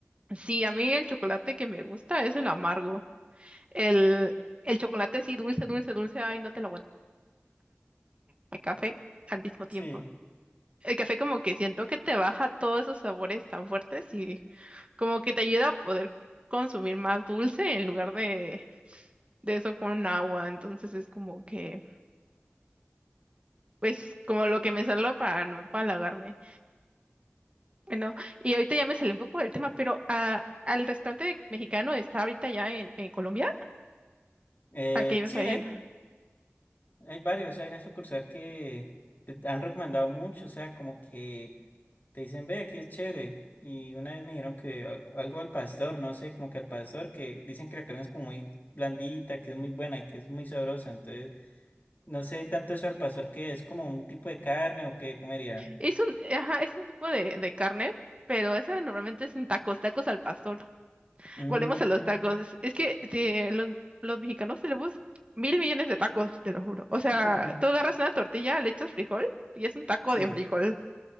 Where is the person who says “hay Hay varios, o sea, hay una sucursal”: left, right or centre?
Left